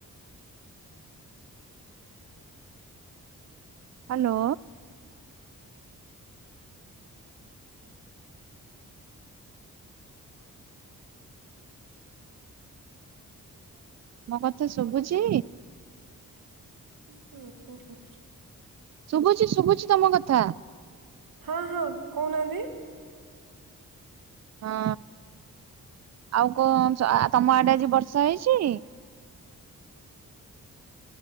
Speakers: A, on the right; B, on the right.
A: ହ୍ୟାଲୋ। ମୋ କଥା ଶୁଭୁଛି।
B: ହଁ <unintelligible>
A: ଶୁଭୁଛି ଶୁଭୁଛି ତମ କଥା।
B: ହଁ ହଁ କହୁନାହାନ୍ତି।
A: ହଁ ଆଉ କଣ ତମ ଆଡେ ଆଜି ବର୍ଷା ହେଇଛି?